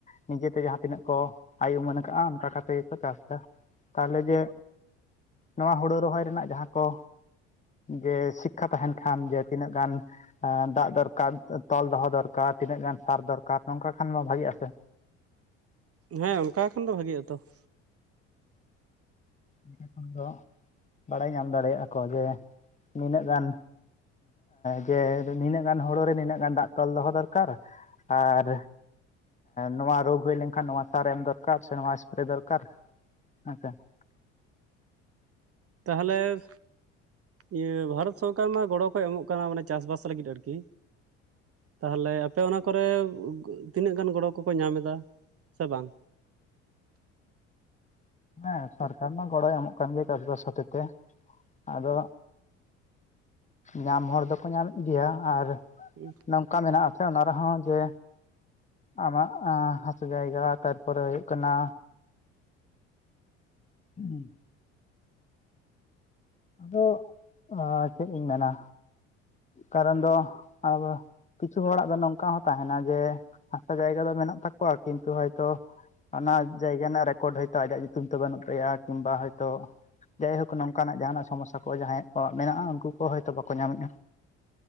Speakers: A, on the left; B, on the right.
A: ᱱᱤᱡᱮᱛᱮ ᱡᱟᱦᱟᱸ ᱛᱤᱱᱟᱹᱜ ᱠᱚ ᱟᱭ ᱩᱢᱟᱹᱱ ᱠᱟᱜᱼᱟ ᱚᱱᱠᱟ ᱠᱟᱛᱮᱜ ᱜᱮᱠᱚ ᱪᱟᱥ ᱮᱫᱟ ᱾ ᱛᱟᱦᱚᱞᱮ ᱡᱮ ᱱᱚᱣᱟ ᱦᱩᱲᱩ ᱨᱚᱦᱚᱭ ᱨᱮᱱᱟᱜ ᱡᱟᱦᱟᱸ ᱠᱚ ᱡᱮ ᱥᱤ ᱠᱷᱟ ᱛᱟᱦᱮᱱ ᱠᱷᱟᱱ ᱡᱮ ᱛᱤᱱᱟᱹᱜ ᱜᱟᱱ ᱫᱟᱜ ᱫᱚᱨᱠᱟᱨ ᱛᱚᱞ ᱫᱚᱦᱚ ᱫᱚᱨᱠᱟᱨ ᱛᱤᱱᱟᱹᱜ ᱜᱟᱱ ᱥᱟᱨ ᱫᱚᱨᱠᱟᱨ ᱱᱚᱝᱠᱟ ᱠᱷᱟᱱ ᱢᱟ ᱵᱷᱟᱜᱤᱜ ᱟᱥᱮ?
B: ᱦᱮᱸ ᱚᱱᱠᱟ ᱠᱷᱟᱱ ᱫᱚ ᱵᱷᱟᱜᱤᱜ ᱟᱛᱚ ᱾
A: ᱮᱸᱰᱮ ᱠᱷᱟᱱ ᱫᱚ ᱵᱟᱲᱟᱭ ᱧᱟᱢ ᱫᱟᱲᱮᱭᱟᱜᱼᱟ ᱠᱚ ᱡᱮ ᱱᱤᱱᱟᱹᱜ ᱜᱟᱱ ᱡᱮ ᱱᱤᱱᱟᱹᱜ ᱜᱟᱱ ᱦᱩᱲᱩ ᱨᱮ ᱱᱤᱱᱟᱹᱜ ᱜᱟᱱ ᱫᱟᱜ ᱛᱚᱞ ᱫᱚᱦᱚ ᱫᱚᱨᱠᱟᱨ ᱾ ᱟᱨ ᱱᱚᱣᱟ ᱨᱳᱜᱽ ᱦᱩᱭ ᱞᱮᱱᱠᱷᱟᱱ ᱱᱚᱣᱟ ᱥᱟᱨ ᱮᱢ ᱫᱚᱨᱠᱟᱨ ᱥᱮ ᱱᱚᱣᱟ ᱮᱯᱨᱮ ᱫᱚᱨᱠᱟᱨ ᱦᱮᱸᱥᱮ ᱾
B: ᱛᱟᱦᱚᱞᱮ ᱤᱭᱟᱹ ᱵᱷᱟᱨᱚᱛ ᱥᱚᱨᱠᱟᱨ ᱢᱟ ᱜᱚᱲᱚ ᱠᱚᱭ ᱮᱢᱚᱜ ᱠᱟᱱᱟ ᱢᱟᱱᱮ ᱪᱟᱥᱵᱟᱥ ᱞᱟᱹᱜᱤᱫ ᱟᱨᱠᱤ ᱛᱟᱦᱚᱞᱮ ᱟᱯᱮ ᱚᱱᱟ ᱠᱚᱨᱮ ᱛᱤᱱᱟᱹᱜ ᱜᱟᱱ ᱜᱚᱲᱚ ᱠᱚᱠᱚ ᱧᱟᱢ ᱮᱫᱟ ᱥᱮ ᱵᱟᱝ?
A: ᱦᱮᱸ ᱥᱚᱨᱠᱟᱨ ᱢᱟ ᱜᱚᱲᱚᱭ ᱮᱢᱚᱜ ᱠᱟᱱ ᱜᱮᱭᱟ ᱪᱟᱥᱵᱟᱥ ᱦᱚᱛᱮ ᱛᱮ ᱾ ᱟᱫᱚ ᱧᱟᱢ ᱦᱚᱲ ᱫᱚᱠᱚ ᱧᱟᱢᱮᱫ ᱜᱮᱭᱟ ᱟᱨ
B: ᱩᱸ <unintelligible>
A: ᱱᱚᱝᱠᱟ ᱢᱮᱱᱟᱜ ᱟᱥᱮ ᱚᱱᱟ ᱨᱮᱦᱚᱸ ᱡᱮ ᱟᱢᱟᱜ ᱦᱟᱥᱩ ᱡᱟᱭᱜᱟ, ᱛᱟᱨᱯᱚᱨᱮ ᱦᱩᱭᱩᱜ ᱠᱟᱱᱟ ᱦᱩᱜ-ᱩᱸ ᱾ ᱵᱚ ᱟ ᱪᱮᱜ ᱤᱧ ᱢᱮᱱᱟ, ᱠᱟᱨᱚᱱ ᱫᱚ ᱟᱵᱚ ᱠᱤᱪᱷᱩ ᱦᱚᱲᱟᱜ ᱫᱚ ᱱᱚᱝᱠᱟ ᱦᱚᱸ ᱛᱟᱦᱮᱱᱟ ᱡᱮ ᱦᱟᱥᱟ ᱡᱟᱭᱜᱟ ᱫᱚ ᱢᱮᱱᱟᱜ ᱛᱟᱠᱚᱣᱟ, ᱠᱤᱱᱛᱩ ᱦᱚᱭᱛᱳ ᱚᱱᱟ ᱡᱟᱭᱜᱟ ᱨᱮᱱᱟᱜ ᱨᱮᱠᱚᱰ ᱦᱚᱭᱛᱳ ᱟᱡᱟᱜ ᱧᱩᱛᱩᱢ ᱛᱮ ᱵᱟᱹᱱᱩᱜ ᱛᱟᱭᱟ ᱠᱤᱢᱵᱟ ᱦᱚ ᱛᱚ ᱡᱟᱭᱦᱳᱠ ᱱᱚᱝᱠᱟᱱᱟᱜ ᱡᱟᱦᱟᱱᱟᱜ ᱥᱚᱢᱚᱥᱥᱟ ᱠᱚ ᱡᱟᱦᱟᱸᱭᱟᱜ ᱠᱚᱣᱟᱜ ᱢᱮᱱᱟᱜᱼᱟ ᱩᱱᱠᱩ ᱠᱚ ᱦᱚᱳᱭᱛᱳ ᱵᱟᱠᱚ ᱧᱟᱢᱮᱜᱼᱟ᱾